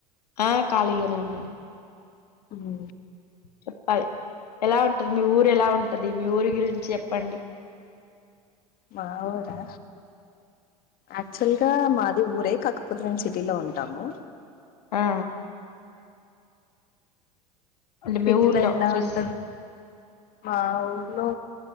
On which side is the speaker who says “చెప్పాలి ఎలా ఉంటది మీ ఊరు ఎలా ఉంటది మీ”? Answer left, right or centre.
Left